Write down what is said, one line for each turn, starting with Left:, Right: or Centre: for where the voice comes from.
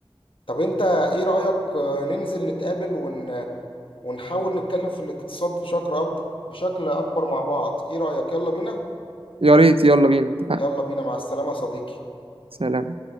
Left: طب انت ايه رأيك آه، ننزل نتقابل ون... ونحاول نتكلم في الاقتصاد بشكل أبد... بشكل اكبر مع بعض ايه رأيك يلا بينا
Right: يا ريت يلا بينا اتفقنا
Left: يلا بينا مع السلامة يا صديقي
Right: سلام